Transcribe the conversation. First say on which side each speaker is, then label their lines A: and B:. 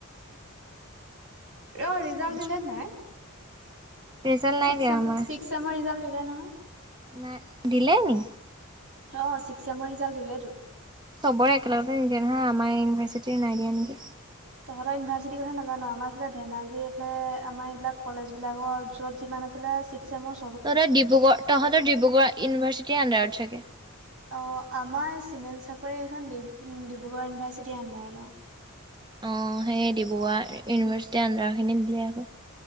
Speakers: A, on the right; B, on the right.
A: অঁ ৰিজাল্ট
B: চাইন্স
A: দিলেনে নাই?
B: ৰিজাল্ট নাই
A: চিক
B: দিয়া
A: ছেম
B: আমাৰ
A: ছিক্স ছেমৰ ৰিজাল্ট দিলে নহয়।
B: নাই দিলে নি?
A: অঁ ছিক্স ছেমৰ ৰিজাল্ট দিলেতো।
B: চবৰে একেলগতে নিদিয়ে নহয়, আমাৰ ইউনিভাৰ্চিটি নাই দিয়া নেকি?
A: তহঁতৰ ইউনিভাৰ্চিটিৰ কথা নাজানো, আমাৰ ধেমাজি এইফালে আমাৰ এইবিলাক কলেজবিলাকৰ যত যিমান আছ- এইফেলে ছিক্স ছেমৰ-
B: তহঁতৰ ডিব্ৰুগড় তহঁতৰ ডিব্ৰুগড় ইউনিভাৰ্চিটিৰ আণ্ডাৰত চাগে?
A: অঁ' আমাৰ এই চিমেণ্ট চাপৰি এইখন ডিব্ৰুগড় ইউনিভাৰ্চিটিৰ আণ্ডাৰত অঁ।
B: অঁ সেই ডিব্ৰুগড় ইউনিভাৰ্চিটিৰ আণ্ডাৰ খিনি দিলে আকৌ।